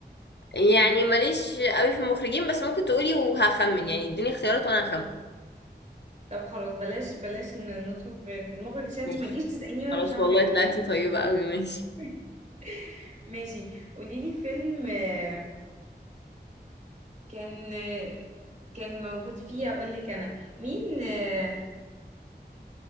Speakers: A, on the left; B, on the right.
A: يعني ماليش قوي في المخرجين بس ممكن تقولي وهخمن يعني اديني اختيارات وانا هخمن
B: طب خلاص بلاش بلاش ن- ندخل في في المخرج عشان انت
A: ماشي
B: ما تجيش تساليني وانا
A: خلاص
B: مش عارفه
A: والله
B: اجاوبك
A: طلعتي طيبة قوي ماشي
B: <laughs> ماشي قوليلي فيلم آه، كان آه، كان موجود فيه اقول لك انا مين آه،